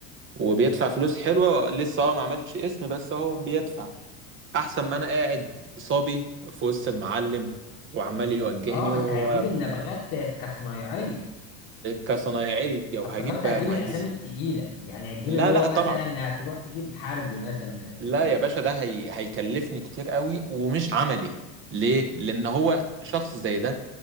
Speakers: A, on the right; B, on the left.
A: وبيدفع فلوس حلوه لسه اه ما عملش اسم بس اهو بيدفع احسن ما انا قاعد صبي في وسط المعلم وعمال يوجهني
B: اه
A: و...
B: انت هتجيب النبغات كصنايعيه
A: كصنايعية وهجيب
B: افتكرت هتجيب
A: مهندس
B: الاسامي التقيله يعني هتجيب
A: لا
B: اللي هو
A: لا
B: مثلا
A: طبعا
B: هتروح تجيب حربي مثلا من الحربيين
A: لا يا باشا ده هي... هيكلفني كتير قوي ومش عملي ليه؟ لأن هو شخص زي ده